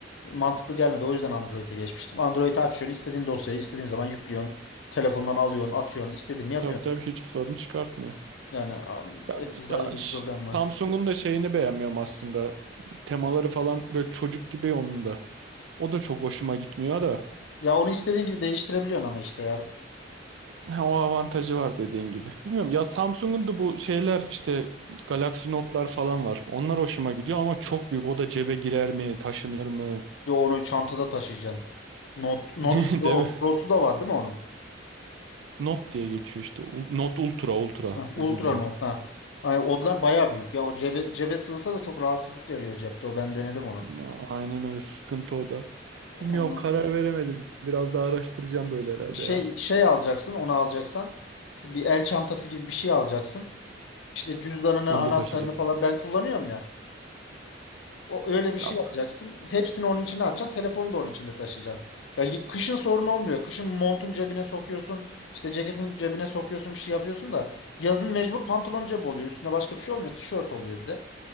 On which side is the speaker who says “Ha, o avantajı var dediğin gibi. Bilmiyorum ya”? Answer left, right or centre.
Right